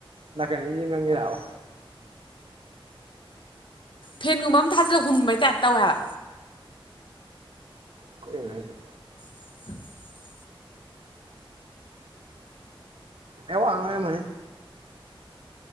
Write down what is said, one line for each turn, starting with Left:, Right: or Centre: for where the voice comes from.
Right: ꯅꯥꯀꯟ ꯏꯟꯖꯤꯟ ꯉꯪꯉꯤꯔꯥꯕ
Left: ꯐꯦꯟꯒꯨꯝꯕ ꯑꯃ ꯊꯥꯖꯤꯜꯂ ꯍꯨꯝꯕꯩ ꯇꯥꯏꯞ ꯇꯧꯋꯦ ꯍꯥꯏꯕ
Right: ꯀꯩꯅꯣ ꯍꯥꯏꯁꯤꯕꯣ
Left: <unintelligible>
Right: ꯅꯦꯠꯋꯥꯛꯅ ꯑꯣꯏꯔꯝꯃꯅꯤ